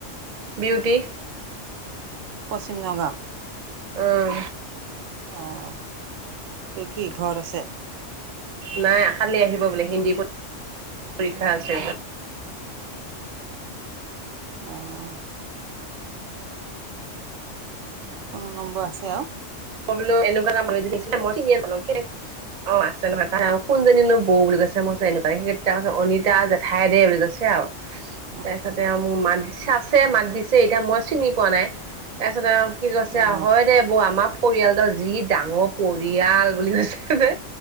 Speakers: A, on the right; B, on the right.
A: বিউটি
B: পশ্চিম নগাঁও
A: উম,
B: অ', সি কি ঘৰত আছে?
A: নাই কালি আহিব বোলে হিন্দী পৰীক্ষা আছে
B: অ। ফোন নম্বৰ আছে আৰু।
A: <unintelligible> অ আছে নহয় তাই কোনজনীনো বৌ বুলি কৈছে মই কৈছে এনেকুৱা <unintelligible> অনিতা জেঠাই দেই। বুলি কৈছে আৰু
B: <inaudible>
A: তাৰপিছতে মোৰ মাত চাছে মাত দিছে এতিয়া মই চিনি পোৱা নাই। তাৰপিছতে আৰু কি কৈছে
B: অ
A: হয় দে বৌ আমাক পৰিয়ালটোৰ যি ডাঙৰ পৰিয়াল বুলি কৈছে।